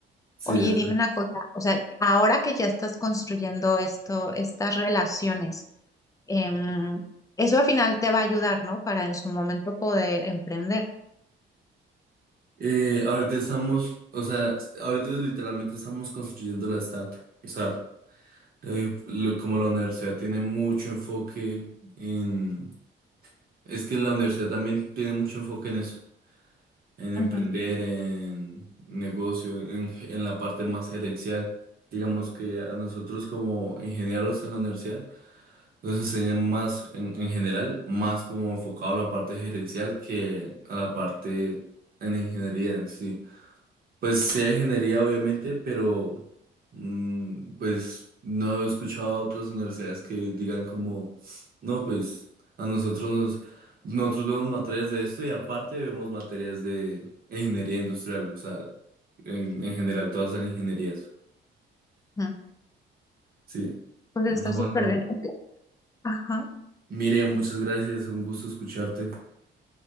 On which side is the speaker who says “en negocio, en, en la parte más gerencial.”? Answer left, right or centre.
Right